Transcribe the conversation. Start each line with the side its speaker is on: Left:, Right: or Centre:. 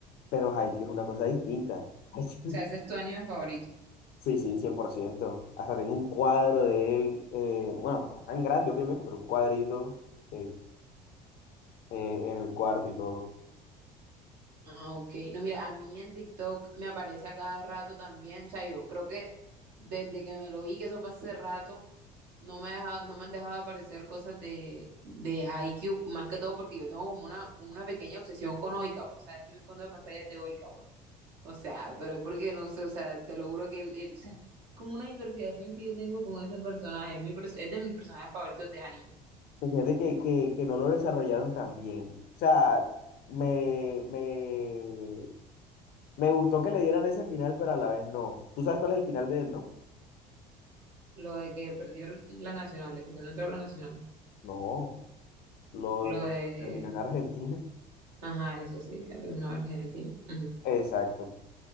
Left: Pero Haikyuu es una cosa distinta. <laughs>
Right: O sea, ese es tu anime favorito.
Left: Sí, Sí, 100%. Hasta tengo un cuadro de él. eh, bueno, no tan grande, obviamente, pero un cuadrito eh, eh, en el cuarto y todo.
Right: Ah, ok. No, mira, a mí en TikTok me aparece a cada rato también. O sea, yo creo que desde que me lo vi, que eso fue hace rato, no me ha dejado- no me han dejado de aparecer cosas de, de Haikyuu, más que todo porque yo tengo como una, una pequeña obsesión con Oikawa. O sea, yo mi fondo de pantalla es de Oikawa. O sea, pero porque no sé, o sea, te lo juro que él, él- o sea, como una hiperfijación que yo tengo con ese personaje. Es, mi, pers- es de mis personajes favoritos de anime.
Left: pues, Fíjate que, que, que no lo desarrollaron tan bien. O sea, me, me, me gustó que le dieran ese final, pero a la vez no. ¿Tú sabes cuál es el final de él, no?
Right: Lo de que perdió el- las nacionales, de que no entró a las nacionales.
Left: No, lo
Right: Lo
Left: de-
Right: de...
Left: terminó en Argentina.
Right: Ajá, eso sí, ha terminado Argentina. Ujú.
Left: <laughs> Exacto.